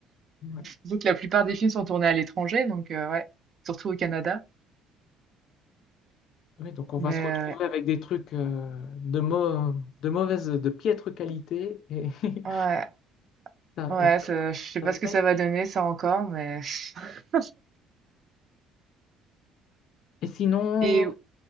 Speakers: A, on the left; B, on the right.
A: Ouais.
B: Surtout que la plupart des films sont tournés à l'étranger, donc euh, ouais, surtout au Canada.
A: Oui, donc on
B: Mais
A: va se retrouver avec des trucs euh, de, mau- de mauvaise, de piètre qualité. Et, <laughs>
B: euh, ouais,
A: ça-
B: ouais,
A: et ça-
B: ça- je sais pas
A: ça va
B: ce
A: pas
B: que ça
A: être
B: va
A: bien.
B: donner, ça encore, mais. <laughs>
A: Et sinon,
B: Et